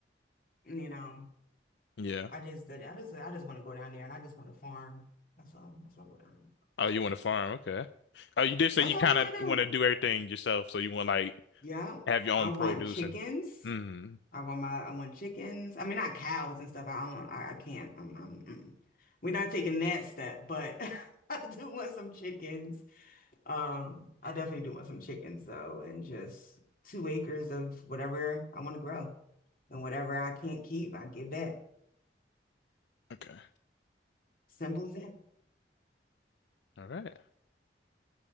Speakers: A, on the left; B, on the left.
A: you know,
B: Yeah.
A: I just did I just I just want to go down there and I just want to farm. That's all. That's what I go down there.
B: Oh, you want to farm? Okay. Oh, you did say
A: That's
B: you
A: all
B: kind
A: I want
B: of
A: to do.
B: want to do everything yourself, so you want like
A: Yeah.
B: have your own
A: I want
B: produce
A: chickens.
B: and. Mm.
A: I want my I want chickens. I mean, not cows and stuff. I don't. I, I can't. I'm, I'm, mm-mm. We're not taking that step, but <laughs> I do want some chickens. Um, I definitely do want some chickens though, and just two acres of whatever I want to grow, and whatever I can't keep, I give back.
B: Okay.
A: Simple as that.
B: All right.